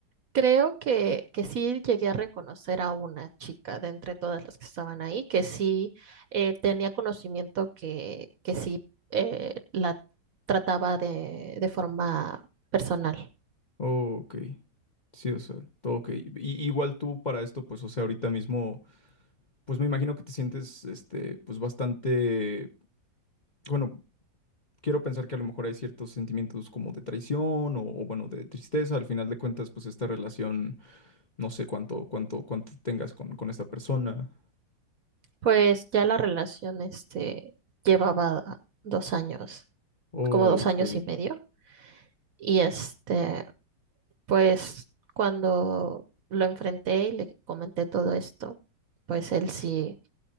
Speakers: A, on the right; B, on the left.
A: creo que, que sí llegué a reconocer a una chica de entre todas las que estaban ahí, que sí eh, tenía conocimiento que, que sí eh, la trataba de, de forma personal.
B: Ok, sí, o sea, todo ok. Y, igual tú para esto, pues, o sea, ahorita mismo, pues me imagino que te sientes, este, pues bastante, bueno, quiero pensar que a lo mejor hay ciertos sentimientos como de traición o, o, bueno, de tristeza. Al final de cuentas, pues esta relación, no sé cuánto, cuánto, cuánto tengas con, con esta persona.
A: Pues ya la relación este, llevaba dos años
B: Ok,
A: como dos años y medio. Y este, pues cuando lo enfrenté y le comenté todo esto, pues él sí,